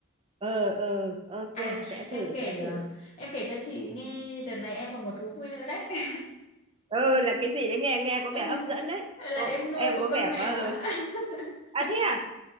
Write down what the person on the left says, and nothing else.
À,
em
kể
ờ,
em kể cho chị nghe đợt này em còn một thú vui nữa đấy. <laughs>
hay
là
hay là
em
nuôi
một
con
mèo
á
<laughs>